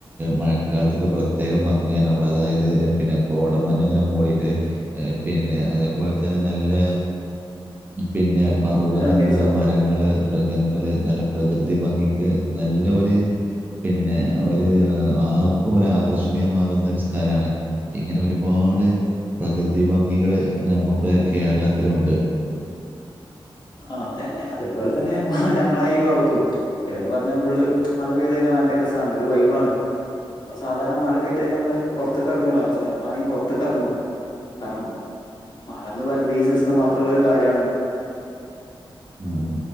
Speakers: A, on the right; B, on the left.
A: മഴക്കാലത്തൊക്കെ പ്രത്യേക ഭംഗിയാണ് അവിടെ അതായത് പിന്നെ കോടമഞ്ഞ് ഇങ്ങനെ മൂടിയിട്ട് പിന്നെ അതേപോലെ തന്നെ നല്ല പിന്നെ പർവ്വതങ്ങള്
B: ഒരു ആംബിയൻസ് ആവും
A: മരങ്ങള് മൃ ഗങ്ങള് നല്ല പ്രകൃതി ഭംഗിക്ക് നല്ല ഒരു പിന്നെ
B: ഉം
A: ഒരു ആർ ഒരാകർഷണീയമാകുന്ന ഒരു സ്ഥലമാണ് ഇങ്ങനെ ഒരുപാട് പ്രകൃതി ഭംഗികള് നമ്മളുടെ കേരളത്തിലുണ്ട്.
B: ആഹ തന്നെ അതുപോലെ തന്നെ ഇപ്പ ഞങ്ങളെ ഈ ഭാഗത്തും ഇവിടെന്ന് പറഞ്ഞ ഫുള് മഴ പെയ്ത കഴിഞ്ഞ ഭയങ്കര രസാണ് ഒരു വൈബാണ്. നമ്മൾ സാധാരണ മഴ പെയ്തു കഴിഞ്ഞാൽ നമ്മള് പുറത്തക്ക് ഇറങ്ങുവലോ പക്ഷെ നമ്മളാണെങ്കി പുറത്തേക്ക് ഇറങ്ങും. കാരണം മഴന്ന് പറയുമ്പോ ഈ സീസണ മാത്രള്ള ഒരു കാര്യാണ്.
A: ഉം.